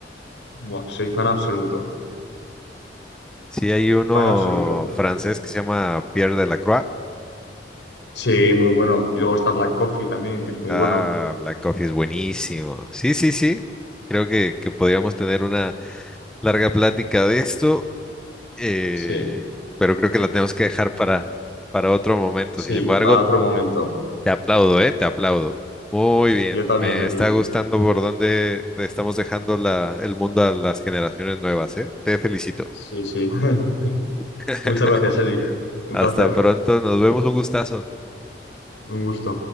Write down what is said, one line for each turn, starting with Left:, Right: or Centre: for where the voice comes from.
Left: Buah, soy fan absoluto,
Centre: Sí, hay uno
Left: fan absoluto.
Centre: francés que se llama Pierre Delacroix.
Left: Sí, muy bueno. Y luego está Black Coffee también, que es muy
Centre: Ah,
Left: bueno.
Centre: Black Coffee es buenísimo. Sí, sí, sí. Creo que, que podríamos tener una larga plática de esto, eh,
Left: Sí,
Centre: pero creo que la tenemos que dejar para, para otro momento.
Left: sí,
Centre: Sin embargo,
Left: para otro momento.
Centre: te aplaudo, ¿eh? Te aplaudo. Muy bien.
Left: Yo también,
Centre: Me
Left: Eric.
Centre: está gustando por dónde te estamos dejando la, el mundo a las generaciones nuevas, ¿eh? Te felicito.
Left: Sí, sí. <laughs>
Centre: <laughs>
Left: Muchas gracias, Eric. Un
Centre: Hasta
Left: placer,
Centre: pronto. Nos vemos. Un gustazo.
Left: un gusto.